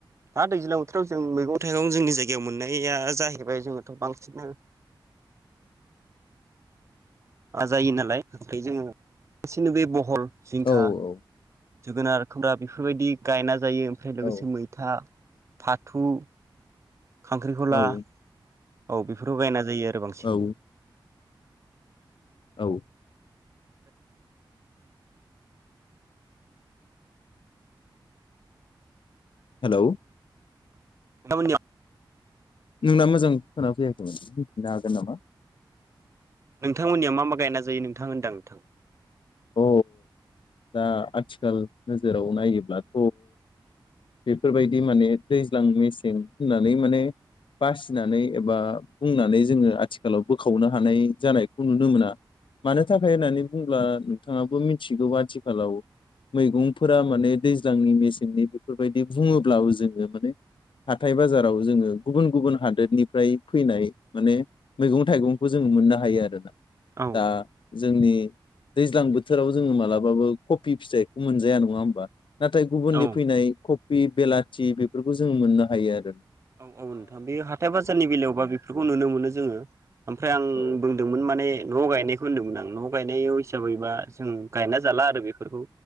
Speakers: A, on the right (about 35°); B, on the left (about 75°).
A: दा दैज्लां बोथोराव जों मैगं थाइगं जोंनि जायगायाव मोननाया जाहैबाय जोङोथ' बांसिनो जायो नालाय ओमफ्राय जोङो गासिनो बे बहल जिंखा
B: औ औ
A: जोगोनार खोम्रा बेफोरबायदि गायनानै जायो ओमफ्राय लोगोसे
B: औ
A: मैथा फाथु खांख्रिखला
B: औ
A: औ बेफोराव गायना जायो आरो बांसिन
B: औ औ । हेलौ
A: <unintelligible> नोंथां मोननिया
B: नोंना मोजां खोना फैयाखैमोन बुंफिननो हागोन नामा
A: नोंथांमोननिया मा - मा गायना जायो नोंथां होनदां नोंथां?
B: अ दा आथिखाल नोजोराव नायोब्लाथ' बेफोरबायदि माने दैज्लां मेसें होननानै माने बासिनानै एबा बुंनानै जोङो आथिखालाव बोखावनो हानाय जानायखौ नुनो मोना, मानो थाखाय होननानै बुङोब्ला नोंथाङाबो मिथिगौ आथिखालाव मैगंफोरा माने दैज्लांनि मेसेंनि बेफोरबायदि बुङोब्लाबो जोङो माने हाथाय बाजाराव जोङो गुबुन गुबुन हादोरनिफ्राय फैनाय माने मैगं थाइगंखौ जोङो मोननो हायो आरोना
A: औ
B: दा जोंनि दैज दैज्लां बोथोराव जोङो मालाबाबो कफि फिथाइखौ मोनजाया नङा होमबा नाथाय गुबुननि
A: औ
B: फैनाय कफि बेलाथि बेफोरखौ जोङो मोननो हायो आरो ।
A: औ औ नोंथां बे हाथाय बाजारनि बेलायावबा बेफोरखौ नुनो मोनो जोङो ओमफ्राय आं
B: औ
A: बुंदोंमोन माने न' गायनायखौ होनदोंमोन आं न' गायनायाव हिसाबैबा जों गायना जाला आरो बेफोरखौ